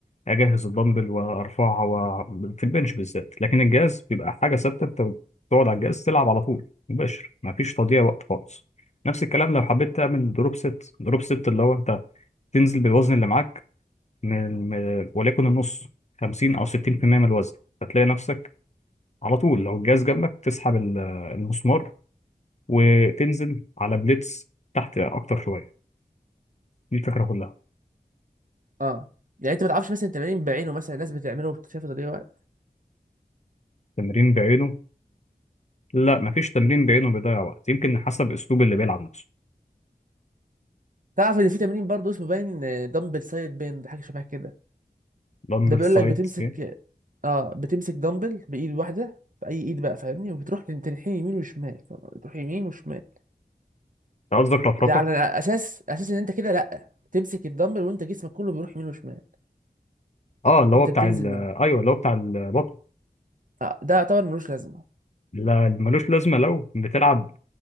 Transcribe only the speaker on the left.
اجهز الدمبل وارفعها و... في البنش بالذات لكن الجهاز بيبقى حاجه ثابته انت بتقعد على الجهاز تلعب على طول مباشر مفيش تضييع وقت خالص نفس الكلام لو حبيت تعمل دروب ست دروب ست اللي هو انت تنزل بالوزن اللي معاك من من- وليكن النص 50 او 60% من الوزن هتلاقي نفسك على طول لو الجهاز جنبك تسحب ال- المسمار وتنزل على بليتس تحت اكتر شويه دي الفكرة كلها
تمرين بعينه لا مفيش تمرين بعينه بيضيع وقت يمكن حسب اسلوب اللي بيلعب نفسه
دمبل
سايد
يعني
انت قصدك رفرفة
اه اللي هو
بتاع
ال
ايوه اللي هو بتاع البطن
لا ملوش لازمة لو بتلعب